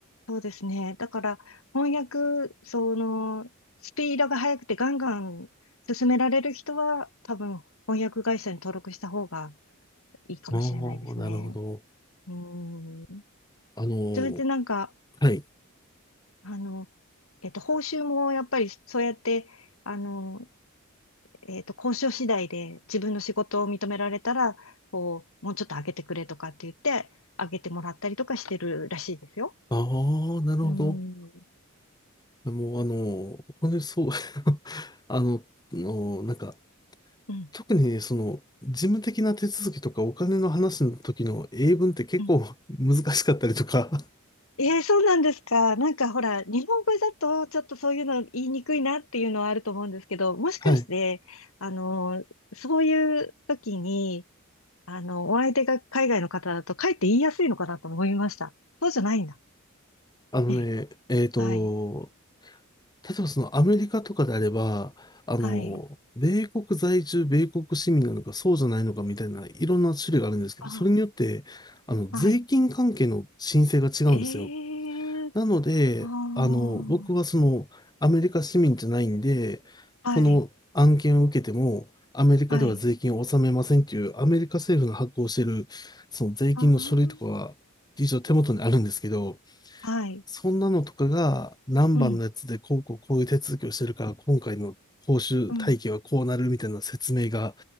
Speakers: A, on the left; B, on the left.
A: そうですね。だから、翻訳、その、スピードが速くてガンガン進められる人は、多分、翻訳会社に登録した方がいいかもしれないですね。
B: ああ、なるほど。
A: うん。
B: あの、
A: それでなんか、
B: はい。
A: あの、えっと、報酬もやっぱりそうやって、あの、えっと、交渉次第で自分の仕事を認められたら、こう、もうちょっと上げてくれとかって言って、上げてもらったりとかしてるらしいですよ。
B: ああ、なるほど。
A: うん。
B: もう、あの、本当にそう、<laughs> あの、の、なんか、
A: うん。
B: 特にその、事務的な手続きとかお金の話の時の英文って結構
A: うん
B: <laughs> 難しかったりとか、
A: ええそうなんですか。なんかほら、日本語だとちょっとそういうの言いにくいなっていうのはあると思うんですけど、もしかして、
B: <laughs> はい。
A: あのー、そういう時に、あの、お相手が海外の方だと、かえって言いやすいのかなと思いました。そうじゃないんだ。
B: あのね、
A: ね。
B: えっと、
A: はい。
B: 例えばそのアメリカとかであれば、あの、
A: はい。
B: 米国在住、米国市民なのか、そうじゃないのかみたいな、いろんな種類があるんですけど、
A: あ
B: それによって、あの、税金関係の申請が違うんですよ。
A: ー、はい。えー、
B: なので、
A: あー、
B: あの、僕はその、アメリカ市民じゃないんで、
A: はい。
B: この案件を受けても、アメリカでは税金を納めませんっていう、
A: はい。
B: アメリカ政府の発行している、その税金の書類とかは、
A: あー、
B: 一応手元にあるんですけど、
A: はい。
B: そんなのとかが何番のやつでこうこうこういう手続きをしてるから今回の報酬体系はこうなるみたいな説明が
A: うん。うん。